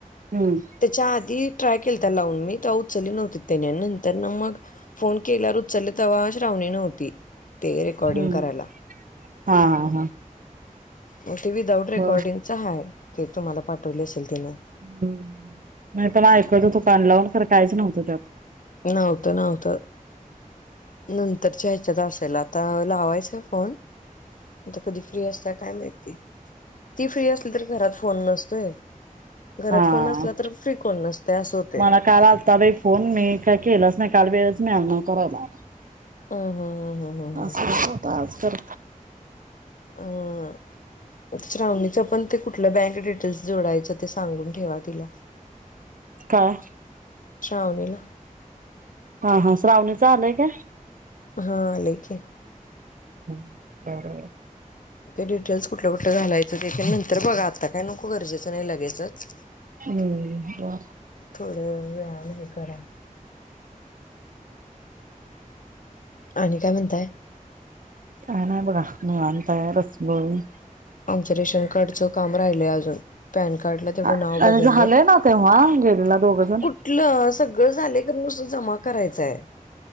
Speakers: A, on the right; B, on the left.
A: हम्म.
B: त्याच्या आधी ट्राय केलता लावून मी तेव्हा उचलली नव्हती त्यानी नंतर ना मग फोन केल्यावर उचलले तेव्हा <unintelligible> नव्हती ते रेकॉर्डिंग
A: हम्म
B: करायला
A: हा हा हा.
B: मग ते विदाउट रेकॉर्डिंग
A: बर
B: च आहे ते तुम्हाला पाठवले असेल तिनं.
A: हम्म नाही पन ऐकत होती कान लावून तर काहीच नव्हतं त्यात
B: नव्हतं नव्हतं. नंतरच्या ह्याच्यात असल, आता लावायचंय फोन आता कधी फ्री असत काय माहिती. ती फ्री असली तर घरात फोन नसतोय घरात
A: हा,
B: फोन असला तर फ्री कोण नसतय असं होतय.
A: मला काय लागत बाई फोन मी काय केलाच नाही काल वेळच मिळाव करायला
B: अ ह ह ह ह
A: असं होत. आज तर
B: अ श्रावणीच पण ते कुठलं बँक डिटेल्स जोडायचं ते सांगून ठेवा तिला
A: काय?
B: श्रावणीला
A: हा हा श्रावणीच आलंय का?
B: हा आलय की
A: हम्म बरं आहे.
B: ते डिटेल्स कुठलं कुठलं घालायचं ते की नंतर बघा आता काय नको गरजेचं नाही लगेचच
A: हम्म बर
B: थोडे <unintelligible> हे करा आणि काय म्हणताय?
A: काय नाही बघा <unintelligible> तयारच <unintelligible>
B: आमच्या रेशन कार्डचं काम राहिलंय अजून पॅन कार्ड
A: करायचं
B: तेवड नाव बदललंय,
A: आणि झालंय ना तेव्हा गेलेला दोघ जण
B: कुठलं सगळ झालंय ते नुसतं जमा करायचय